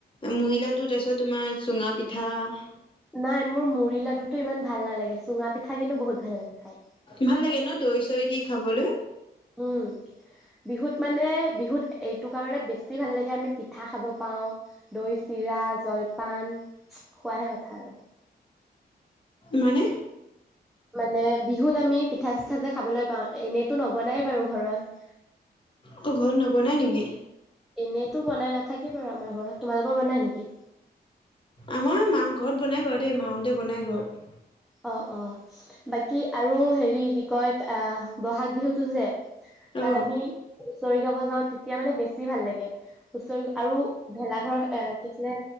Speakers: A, on the left; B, in the centre.
A: মুড়ি লাডু, তাৰপিছত তোমাৰ, চুঙা পিঠাৰ।
B: নাই, মোৰ মুড়ি লাডুটো ইমান ভাল নালাগে, চুঙা পিঠা কিন্তু বহুত ভাল লাগে খাই!
A: ভাল লাগে ন'! দৈ-চৈ দি খাবলৈ।
B: উম! বিহুত মানে, বিহুত এইটো কাৰণে, বেছি ভাল লাগে! আমি পিঠা খাব পাওঁ। দৈ, চিৰা, জলপান, খোৱাহে কথা আৰু।
A: মানে?
B: মানে, বিহুত আমি পিঠা চিঠা যে খাবলৈ পাওঁ এনেইতো নবনাই বাৰু ঘৰত।
A: ক ঘৰত নবনাই নেকি?
B: এনেইতো বনাই নাথাকে বাৰু আমাৰ ঘৰত। তোমালোকৰ বনাই নেকি?
A: আমাৰ মাহ ঘৰত বনায় বাৰু দেই মাহঁতে বনায় ঘৰত।
B: অ', অ', বাকী, আৰু হেৰি কি কয় আ, বহাগ বিহুতটো যে তাত
A: অ
B: আমি হুঁচৰি গাব যাঁও তেতিয়া মানে বেছি ভাল লাগে। হুঁচৰি আৰু ভেলাঘৰ এ, কি আছিলে